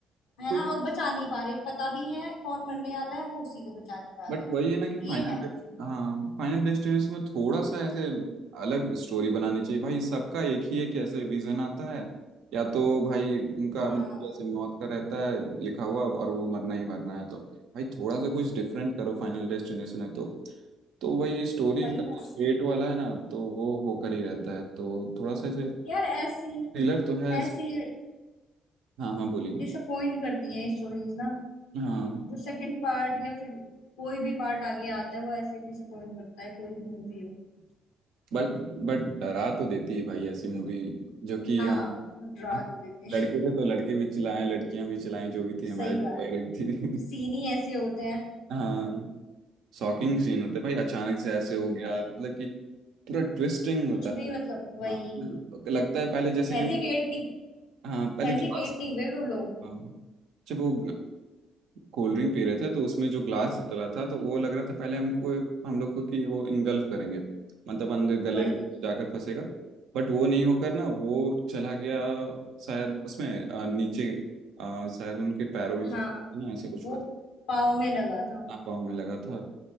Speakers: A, on the left; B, on the right.
A: है
B: कोई
A: ना और बचा नहीं पा रहे पता भी है कौन मरने वाला है वो उसी को बचा नहीं पा रहा
B: बट
A: है
B: वही है ना कि फाइनल
A: ये है
B: हाँ फाइनल डेस्टिनेशन में थोड़ा सा ऐसे अलग स्टोरी बनानी चाहिए भाई सबका एक ही है कि ऐसे विजन आता है या तो भाई उनका
A: हाँ
B: मतलब ऐसे मौत का रहता है लिखा हुआ और वो मरना ही मरना है तो भाई थोड़ा सा कुछ डिफरेंट करो फाइनल डेस्टिनेशन है तो तो वही स्टोरी
A: वही
B: इनका
A: ना
B: फेट वाला है ना तो वो होकर ही रहता है तो थोड़ा सा ऐसे
A: यार ऐसी
B: थ्रिलर तो है इस-
A: ऐसी
B: हाँ हाँ बोलिए
A: डिसअपॉइंट करती हैं स्टोरीज ना
B: हाँ
A: जो सेकंड पार्ट या फिर कोई भी पार्ट आगे आता है वो ऐसे डिसअपॉइंट करता है कोई भी मूवी हो
B: बट बट डरा तो देती है भाई ऐसी मूवी जो कि
A: हाँ
B: हम
A: डरा
B: हम
A: तो देती है
B: लड़के
A: <laughs>
B: थे तो लड़के भी चिल्लाए लड़कियां भी चिल्लाई जो भी थी हमारे
A: सही
B: फेवरेट
A: बात है
B: थी
A: सीन ही ऐसे होते हैं
B: <laughs> हाँ शॉकिंग सीन होते हैं भाई अचानक से ऐसे हो गया
A: वही
B: मतलब कि पूरा ट्विस्टिंग
A: कुछ
B: होता
A: भी
B: है
A: मतलब वही
B: हाँ मतलब लगता है पहले जैसे
A: हेजिटेट
B: कि
A: नहीं
B: हाँ पहले
A: हेजिटेट
B: गिलास
A: नहीं हुए वो लोग
B: हाँ। जब वो कोल्ड ड्रिंक पी रहे थे तो उसमें जो ग्लास डला था तो वो लग रहा था पहले हमको हम लोग को कि वो इंगल्फ करेंगे मतलब अंदर गले
A: वही
B: में जाकर फंसेगा बट वो नहीं होकर ना वो चला गया शायद उसमें अ, नीचे अ, शायद उनके पैरों में फंस
A: हाँ
B: ना ऐसा कुछ
A: वो
B: हुआ था
A: पाँव में लगा था
B: ना पाँव में लगा था